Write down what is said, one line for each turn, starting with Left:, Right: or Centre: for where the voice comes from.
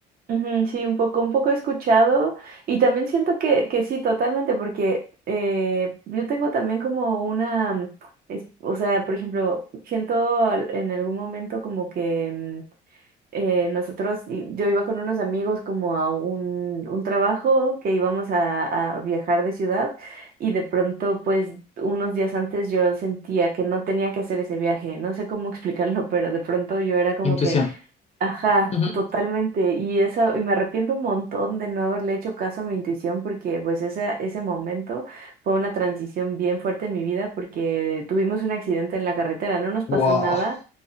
Right: Ujú, Sí, un poco, un poco he escuchado y también siento que, que sí, totalmente, porque eh, yo tengo también como una, es- o sea, por ejemplo, siento al- en algún momento como que mm, eh, nosotros, y- yo iba con unos amigos como a un, un trabajo que íbamos a, a viajar de ciudad y de pronto, pues, unos días antes yo sentía que no tenía que hacer ese viaje, no sé cómo <laughs> explicarlo, pero de pronto yo era como
Left: Intuición.
Right: que Ajá,
Left: Ujú.
Right: totalmente. Y eso, y me arrepiento un montón de no haberle hecho caso a mi intuición porque pues ese, ese momento fue una transición bien fuerte en mi vida porque tuvimos un accidente en la carretera, no nos pasó
Left: Wow,
Right: nada,